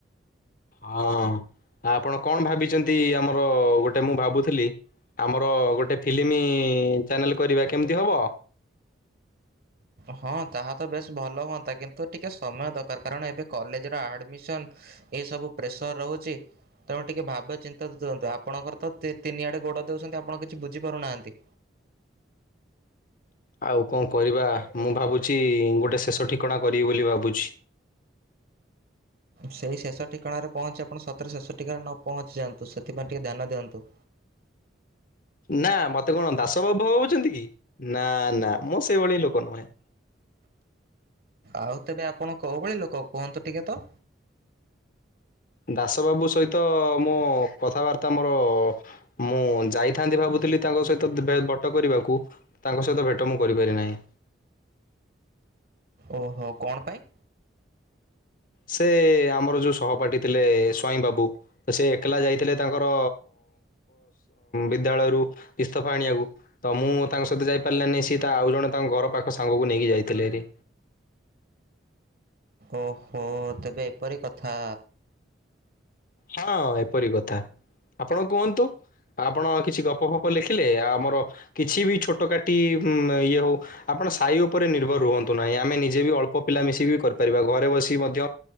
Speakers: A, on the left (about 45°); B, on the right (about 50°).
A: ହଁ ଆପଣ କଣ ଭାବିଛନ୍ତି ଆମର ଗୋଟେ ମୁଁ ଭାବୁଥିଲି। ଆମର ଗୋଟେ ଫିଲ୍ମ ଚ୍ୟାନେଲ୍ କରିବା କେମିତି ହେବ?
B: ହଁ ତାହା ତ ବେଶ ଭଲ ହୁଅନ୍ତା କିନ୍ତୁ ଟିକେ ସମୟ ଦରକାର କାରଣ ଏବେ କଲେଜରେ ଆଡମିସନ ଏସବୁ ପ୍ରେସର ରହୁଛି। ତେଣୁ ଟିକେ ଭାବ୍ୟ ଚିନ୍ତା ଦିନ୍ତୁ ଆପଣଙ୍କର ତ ତିନିଆଡେ ଗୋଡ ଦେଉଛନ୍ତି ଆପଣ କିଛି ବୁଝିପାରୁନାହାନ୍ତି।
A: ଆଉ କଣ କରିବା ମୁଁ ଭାବୁଛି ଗୋଟେ ଶେଷ ଠିକଣା କରିବି ବୋଲି ଭାବୁଛି।
B: ସେଇ ଶେଷ ଠିକଣାଣାରେ ପହଞ୍ଚି ଆପଣ ସତରେ ଶେଷ ଠିକଣାରେ ନ ପହଞ୍ଚି ଯାନ୍ତୁ ସେଥିାଇଁ ଟିକେ ଧ୍ୟାନ ଦିଅନ୍ତୁ।
A: ନା ମତେ କଣ ଦାସ ବାବୁ ଭଉଛନ୍ତି କି ନା ନା ମୁଁ ସେଇଭଳି ଲୋକ ନୁହେଁ।
B: ଆଉ ତେବେ ଆପଣ କୋଉ ଭଳି ଲୋକ କୁହନ୍ତୁ ଟିକେ ତ?
A: ଦାସ ବାବୁ ସହିତ ମୁଁ କଥାବାର୍ତ୍ତା ମୋର ମୁଁ ଯାଇଥାନ୍ତି ଭାବୁଥିଲି ତାଙ୍କ ସହିତ ବଟ କରିବାକୁ। ତାଙ୍କ ସହିତ ଭେଟ ମୁଁ କରିପାରି ନାହିଁ।
B: ଓହୋ କଣ ପାଇଁ?
A: ସେ ଆମର ଯୋଉ ସହପାଠୀ ଥିଲେ ସ୍ୱାଇଁ ବାବୁ ତ ସେ ଏକଲା ଯାଇଥିଲେ ତାଙ୍କର ବିଦ୍ୟାଳୟରୁ ଇସ୍ତଫା ଆଣିବାକୁ। ତ ମୁଁ ତାଙ୍କ ସହିତ ଯାଇପାରିଲିନାନି ସିଏ ତା ଆଉ ଜଣେ ତାଙ୍କ ଘର ପାଖ ସାଙ୍ଗକୁ ନେଇକି ଯାଇଥିଲେରି।
B: ଓହୋ ତେବେ ଏପରି କଥା।
A: ହଁ ଏପରି କଥା ଆପଣ କୁହନ୍ତୁ। ଆପଣ କିଛି ଗପ ଫପ ଲେଖିଲେ ଆ ଆମର କିଛି ବି ଛୋଟ କାଟି ଉ ଇଏ ହଉ। ଆପଣ ସାହି ଉପରେ ନିର୍ଭର ରୁହନ୍ତୁ ନାହିଁ ଆମେ ନିଜେ ବି ଅଳ୍ପ ପିଲା ମିଶିକି କରିପାରିବା ଘରେ ବସିିକ ମଧ୍ୟ